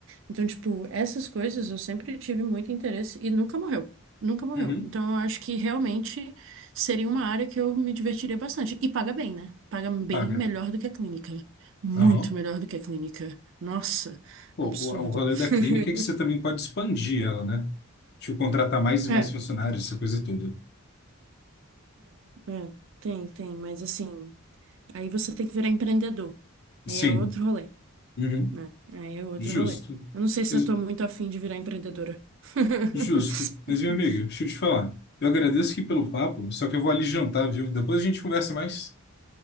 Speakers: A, on the right; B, on the left.
A: Então, tipo, essas coisas eu sempre tive muito interesse e nunca morreu. Nunca morreu.
B: uhum,
A: Então, eu acho que realmente seria uma área que eu me divertiria bastante. E paga bem, né? Paga bem
B: paga.
A: melhor do que a clínica. Muito
B: Aham.
A: melhor do que a clínica. Nossa,
B: Pô,
A: absurdo.
B: o, o rolê da clínica
A: <laughs>
B: é que você também pode expandir ela, né? Tipo, contratar mais e mais
A: É,
B: funcionários, essa coisa toda.
A: é, é. Tem, tem. Mas assim, aí você tem que virar empreendedor.
B: Sim,
A: Aí é outro rolê,
B: uhum,
A: né? Aí é outro
B: Justo.
A: rolê. Eu não sei se
B: Mas-
A: eu tô muito afim de virar empreendedora.
B: Justo.
A: <laughs>
B: Mas, meu amigo, deixa eu te falar. Eu agradeço aqui pelo papo, só que eu vou ali jantar, viu? Depois a gente conversa mais.